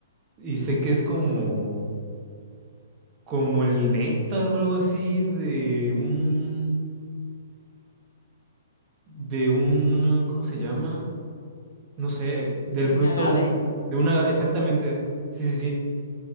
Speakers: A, on the right; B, on the left.
A: Y sé que es como, como el néctar o algo así de un, de un, ¿cómo se llama? No sé, del
B: de
A: fruto
B: un agave.
A: de, un- de una, exactamente. Sí, sí, sí.